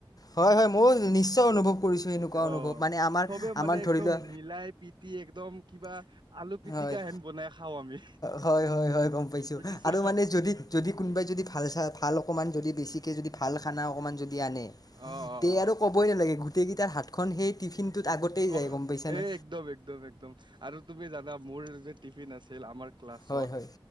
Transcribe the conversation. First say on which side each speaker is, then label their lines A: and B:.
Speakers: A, on the left; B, on the right.
A: হয়-হয় ময়ও নিশ্চয় অনুভৱ কৰিছো এনেকুৱা অনুভৱ।
B: অ
A: মানে আমাৰ
B: চবে
A: আমাৰ
B: মানে একদম
A: ধৰি লোৱা
B: মিলাই পিতি একদম কিবা আলু পিটিকা
A: হয়।
B: হেন বনাই খাও আমি।
A: হয়, হয়-হয় গম পাইছো
B: বুজিছা
A: আৰু মানে যদি-যদি কোনোবাই যদি ভাল চা ভাল অকণমান যদি বেছিকৈ যদি ভাল খানা অকণমান যদি আনে
B: অ অ
A: তে
B: অ
A: আৰু ক'বই নালাগে গোটেই কেইটাৰ হাতখন সেই টিফিনটোত আগতেই যায়
B: অ'
A: গম পাইছানে
B: এ একদম, একদম-একদম আৰু তুমি জানা মোৰ যে টিফিন আছিল আমাৰ ক্লাছত
A: হয় হয়